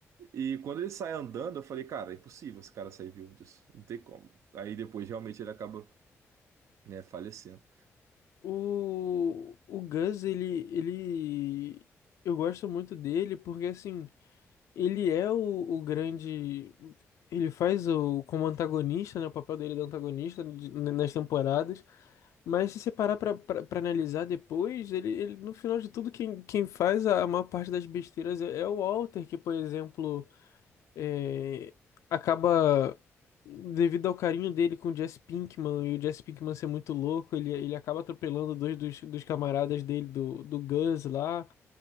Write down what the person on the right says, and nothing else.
E quando ele sai andando, eu falei, cara, é impossível esse cara sair vivo disso. Não tem como. Aí depois realmente ele acaba, né, falecendo.